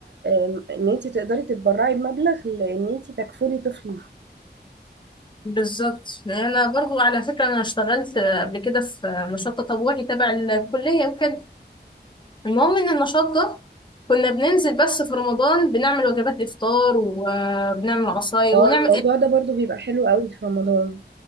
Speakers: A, on the right; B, on the left.
A: آم، ان انت تقدري تتبرعي بمبلغ لان انت تكفلي طفل
B: بالظبط يعني أنا برضو على فكرة أنا اشتغلت قبل كده في نشاط تطوعي تبع الكلية وكده المهم إن النشاط ده كنا بننزل بس في رمضان بنعمل وجبات إفطار وبنعمل عصاير
A: اه
B: ونعمل
A: الموضوع ده برضو بيبقى حلو قوي في رمضان